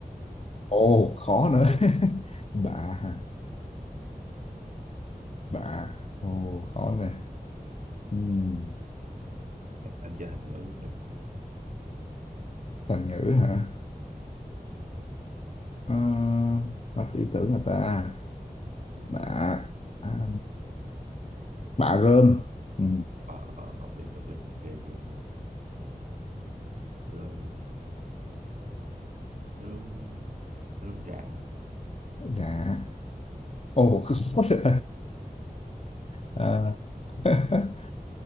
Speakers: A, on the left; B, on the right.
A: Ồ khó nữa <laughs> Bạ ha Bạ Ồ khó nè Ừm,
B: <laughs> anh chơi thành ngữ cũng được
A: Thành ngữ hả à, Hết ý tưởng rồi ta Bạ à, bà rơm. Ừ.
B: ờ ờ hợp lý hợp lý ghê ghê ghê rơm rơm rơm rạ
A: Rạ. Ồ, <laughs> khó rồi. Ờ, <laughs>